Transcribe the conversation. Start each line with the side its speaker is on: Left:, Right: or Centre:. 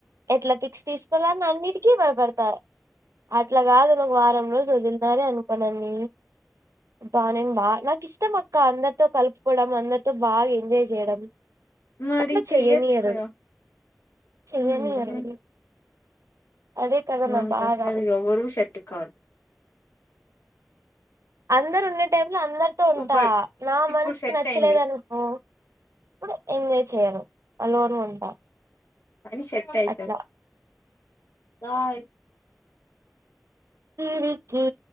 Right: ఎట్లా పిక్స్ తీసుకోవాల అన్నిటికీ కి భయ పడతాయి అట్లా కాదు ఒక వారం రోజు వొదుల్ నానే అనుకోనాను బాగా నేను బాగా నాకు ఇష్టం అక్క అందరితో కలుపుకోవడం అందరితో బాగా ఎంజాయ్ చేయడం
Left: మరి
Right: అట్లా
Left: చేయచ్చు
Right: చెయ్యనియరు
Left: కథ
Right: చెయ్యనియరు
Left: మ్మ్
Right: అదే కదా
Left: న
Right: నా బాధ
Left: క అది ఎవ్వర షర్ట్ కాదు
Right: అందరు ఉండ టైం ఇంలు అందరితో
Left: సూపర్
Right: ఉంటా నా
Left: ఇప్పుడు
Right: మనసుకి
Left: సెట్
Right: నచ్చలేదు
Left: అయింది
Right: అనుకో ఇప్పుడు ఎంజోయ్ చేయను అలోరు ఉంటా
Left: మనిషక్కాయితే
Right: అట్లా
Left: బాయ్
Right: ఈ రీ కి